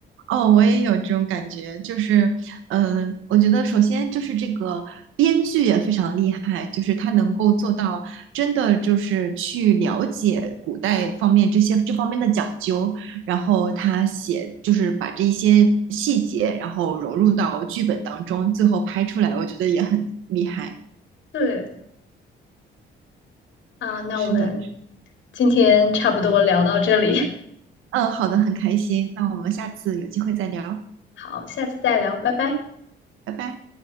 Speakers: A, on the right; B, on the left.
A: 哦，我也有这种感觉，就是，嗯，我觉得首先就是这个编剧也非常厉害，就是他能够做到真的就是去了解古代方面这些这方面的讲究，然后他写就是把这一些细节，然后融入到剧本当中，最后拍出来，我觉得也很厉害。
B: 对啊，那我们
A: 是的，
B: 今天差不多聊到这里，
A: 嗯，好的，很开心，那我们下次有机会再聊，
B: <laughs> 好，下次再聊，拜拜。
A: 拜拜。